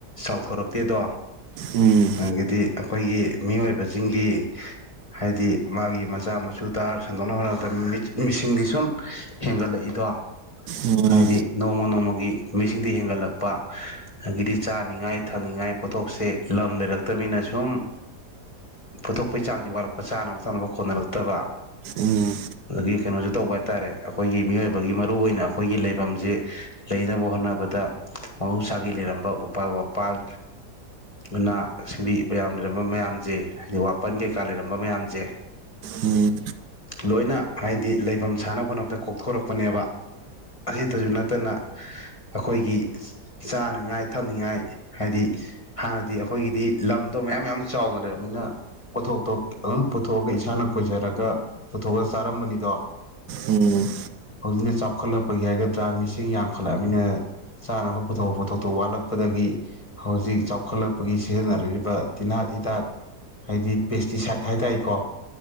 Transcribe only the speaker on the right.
ꯎꯝ
ꯎꯝ
ꯎꯝ
ꯎꯝ
ꯎꯝ